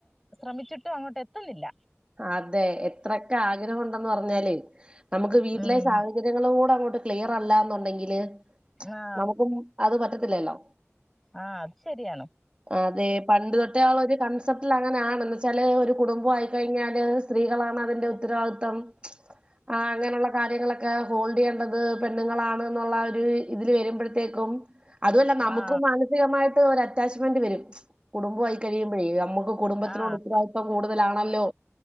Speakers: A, in the centre; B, on the right.
A: ശ്രമിച്ചിട്ടും അങ്ങോട്ട് എത്ത്ന്നില്ല.
B: അതെ എത്രയൊക്കെ ആഗ്രഹം ഒണ്ടെന്ന് പറഞ്ഞാലുവേ നമുക്ക് വീട്ടിലെ
A: ഉം
B: സാഹചര്യങ്ങളും കൂടെ അങ്ങോട്ട് ക്ലിയറല്ലാന്നുണ്ടെങ്കില്
A: ആ
B: നമുക്കും അത് പറ്റത്തില്ലല്ലോ?
A: ആഹ് അത് ശരിയാണ്
B: അതെ പണ്ട് തൊട്ടേ ഒള്ള ഒര് കൺസെപറ്റിലങ്ങനാണ് എന്ന് വെച്ചാല് ഒര് കുടുംബവായി കഴിഞ്ഞാല് സ്ത്രീകളാണ് അതിന്റെ ഉത്തരവാദിത്തം ആഹ് അങ്ങനൊള്ള കാര്യങ്ങളൊക്കെ ഹോൾഡ് ചെയ്യണ്ടത് പെണ്ണുങ്ങളാണ് എന്നുള്ളൊര് ഇതില് വര്മ്പഴത്തേക്കും അതുവല്ല നമുക്കും
A: ആ
B: മാനസികമായിട്ട് ഒര് അറ്റാച്ച്മെന്റ് വെരും കുടുംബവായി കഴിയുമ്പഴേ നമ്മക്കും കുടുംബത്തിനോട്
A: ആ
B: ഉത്തരവാദിത്തം കൂടുതലാണല്ലോ